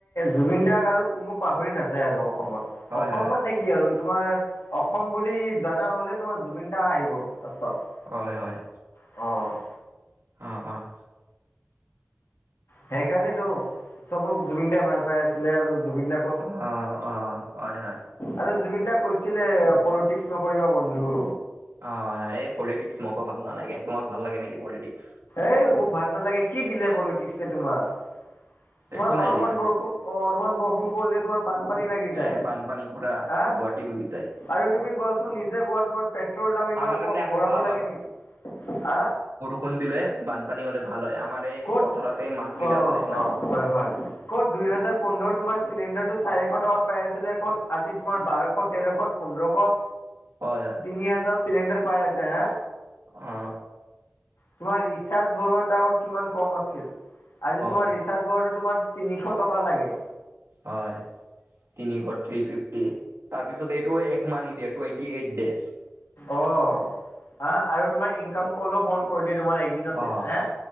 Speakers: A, on the left; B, on the right.
A: জুবিন গাৰ্গ আৰু কোনো পাহৰি নাযায় আৰু অসমত
B: হয়
A: অসম
B: হয়
A: মানে কি আৰু তোমাৰ অসম বুলি জানা হ'লে তোমাৰ জুবিন দা আহিব ফাৰ্ষ্টত।
B: হয় - হয়।
A: অ',
B: অ', অ',
A: সেইকাৰণেতো চবক জুবিন দাই ভাল পাই আছিলে আৰু জুবিন দাক
B: অ', অ', হয় - হয়।
A: আৰু জুবিন দা কৈছিলে পলিটিক্স নকৰিবা বন্ধু।
B: অ, এই পলিটিক্স মোকো ভাল নালাগে তোমাক ভাল লাগে নেকি পলিটিক্স।
A: এ মোক ভাল নালাগে কি দিলে পলিটিক্সছে তোমাৰ তোমাৰ
B: একো নাই
A: অলপমান
B: দিয়া
A: বৰ অ, অলমান বৰষুণ পৰিলে তোমাৰ বানপানী লাগি যায়
B: এ বানপানী পুৰা
A: হা।
B: গুৱাহাটী ডুবি যায়
A: আৰু তুমি কোৱাচোন নিজে কোৱা তোমাৰ পেট্ৰলৰ দাম ইমান
B: আমাৰ কাৰণে আকৌ
A: বঢ়াব
B: ভাল
A: লাগে নেকি হা।
B: খুন্দিলে বানপানী হ'লে ভাল হয় আমাৰ এই
A: ক'ত
B: পথাৰতে
A: অ',
B: মাছ কেইটা ওলাই মানে
A: অ', হয় হয় ক'ত দুইহেজাৰ পোন্ধৰ তোমাৰ চিলিণ্ডাৰটো চাৰিশ টকাত পাই আছিলে ক'ত আজি তোমাৰ বাৰশ তেৰশত পোন্ধৰশ
B: হয়-হয়।
A: তিনি হাজাৰ চিলিণ্ডাৰ পাই আছে হা।
B: অ
A: তোমাৰ ৰিচাৰ্জ ভৰোৱাৰ টাইমত কিমান কম আছিল আজি তোমাৰ
B: অ
A: ৰি চাৰ্জ ভৰাওতে তোমাৰ তিনিশ টকা লাগে
B: হয় তিনিশ থ্ৰী ফিফটি তাৰপিছত এইটো একমাহ নিদিয়ে টুৱেণ্টি এইট দেজ
A: অ হ আৰু তোমাৰ ইনকাম কলো বন্ধ কৰি দিয়ে তোমাৰ একদিনতে
B: অ
A: হে